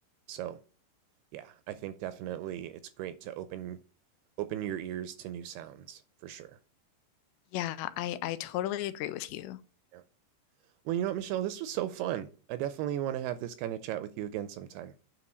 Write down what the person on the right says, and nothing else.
so yeah, I think definitely it's great to open open your ears to new sounds for sure.
yeah. Well, you know what, Michelle? This was so fun. I definitely want to have this kind of chat with you again sometime.